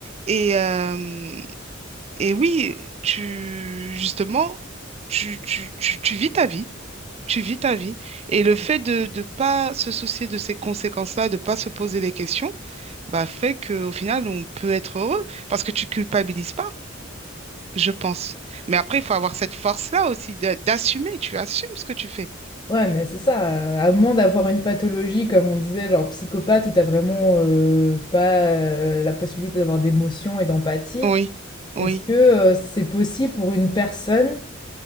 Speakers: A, on the right; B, on the left.
A: Et, euh, Et oui, tu, justement, tu, tu, tu, tu vis ta vie, tu vis ta vie. Et le fait de ne pas se soucier de ces conséquences-là, de pas se poser des questions, bah, fait qu'au final, on peut être heureux parce que tu culpabilises pas, je pense. Mais après, il faut avoir cette force-là aussi d'a- d'assumer, tu assumes ce que tu fais.
B: Ouais, mais c'est ça, à moins d'avoir une pathologie, comme on disait, genre psychopathe, où t'as vraiment euh, pas euh, la possibilité d'avoir d'émotion et d'empathie.
A: Oui, oui.
B: Est-ce que, heu, c'est possible pour une personne